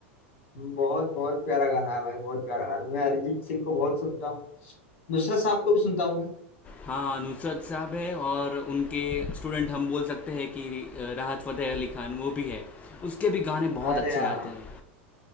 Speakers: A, on the left; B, on the left.
A: बहुत बहुत प्यारा गाना है भाई बहुत प्यारा गाना मैं अरिजीत सिंह को बहुत सुनता हूँ नुसरत साहब को भी सुनता हूँ मैं
B: हाँ नुसरत साहब है और उनके स्टूडेंट हम बोल सकते हैं कि अ, राहत फ़तेह अली खान वो भी है उसके भी गाने बहुत
A: अरे
B: अच्छे
A: हाँ
B: आते हैं